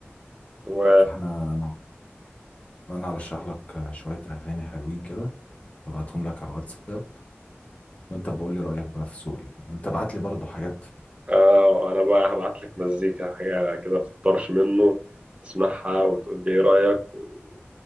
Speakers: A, on the right; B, on the left.
A: و...
B: فاحنا انا أنا ارشح لك شوية اغاني حلوين كده هبعتهم لك على الواتساب وانت بقول لي رأيك بقى في ذوقي كده وانت ابعت لي برضه حاجات
A: آه انا بقى هبعت لك مزيكا حاجه كده في الطرش منه تسمعها وتقول لي ايه رايك و-